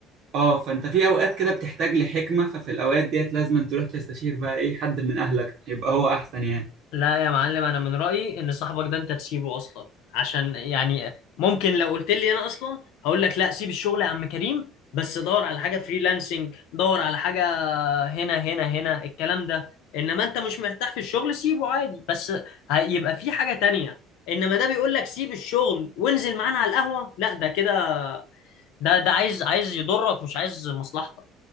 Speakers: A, on the right (about 60°); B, on the left (about 85°).
A: اه فانت في اوقات كده بتحتاج لحكمة ففي الاوقات ديت لازم أن تروح تستشير بقى ايه حد من اهلك يبقى هو احسن يعني
B: لا يا معلم انا من رايي ان صاحبك ده انت تسيبه اصلا عشان يعني ممكن لو قلت لي انا اصلا هقول لك لا سيب الشغل يا عم كريم بس دور على حاجه فريلانسنج دور على حاجه هنا هنا هنا الكلام ده انما انت مش مرتاح في الشغل سيبه عادي بس هيبقى في حاجه تانية انما ده بيقول لك سيب الشغل وانزل معانا على القهوه لا ده كده ده ده عايز عايز يضرك مش عايز مصلحتك